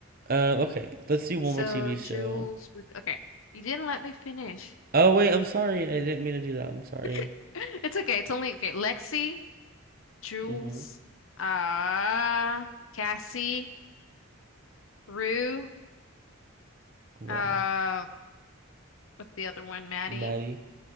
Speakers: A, on the right; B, on the left.
A: Um, okay, let's do one
B: So
A: more TV show.
B: Jules, we, okay, you didn't let me finish.
A: Oh wait, I'm sorry. I didn't mean to do that. I'm sorry.
B: <laughs> It's okay. It's only okay. Lexi, Jules,
A: hmm
B: uh, Cassie, Rue,
A: Wow.
B: uh, what's the other one? Maddie,
A: Maddie.